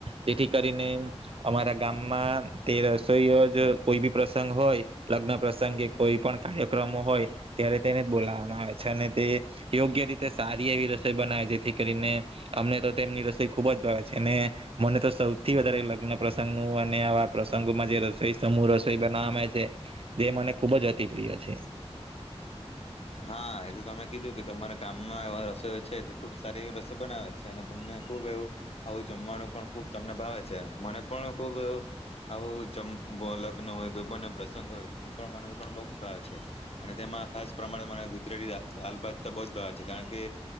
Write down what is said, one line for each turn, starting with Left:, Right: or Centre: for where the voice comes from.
Right: જેથી કરીને અમારા ગામમાં તે રસોઈ જ કોઈ બી પ્રસંગ હોય લગ્ન. પ્રસંગે કોઈ પણ કાર્યક્રમો હોય ત્યારે તેને જ બોલાવવામાં આવે છે અને તે યોગ્ય રીતે સારી એવી રસોઈ બનાવે છે જેથી કરીને અમને તો તેમની રસોઈ ખુબ જ ભાવ છે અને મને તો સૌથી વધારે લગ્ન પ્રસંગ ન અને આવા પ્રસંગોમાં જે રસોઈ સમૂહ રસોઈ બના આવે છે. જે મને ખૂબ જ અતિ પ્ર્રિય છે.
Left: હા એ તો તમે કીધું કે તમારા ગામમાં એવા રસો છે તે ખુબ સારી એવી રસો બનાવે છે અને તમને ખુબ એવું આવું જમવાનું પણ ખુબ તમને ભાવે છે મને પણ ખુબ આવું જ લગ્ન હોય બને પ્રસંગ હોય હું પણ મને પણ બહ જ ભાવે છે અને તેમાં ખાસ. પ્રમાણે મને ગળી દાળ ભાત તો બોજ ભાવે છે કારણ કે